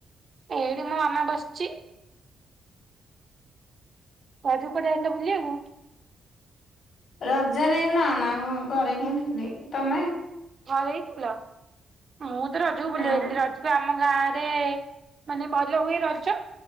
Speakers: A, on the right; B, on the left.
A: ଏଇଠି ମୋ ମାମା ବସିଛି। ରଜକୁ କୁଆଡେ ଯାଇଥିଲ ବୁଲିବାକୁ?
B: ରଜରେ ନା ନା ମୁ ଘରେହିଁ ଥିଲି ତମେ?
A: ଘରେ ହିଁ ଥିଲ ମୁଁ ତ ରଜକୁ ବୁଲିଆକୁ
B: ହୁଁ
A: ଯାଇଥିଲି ରଜକୁ ଆମ ଗାଁରେ ମାନେ ଭଲ ହୁଏ ରଜ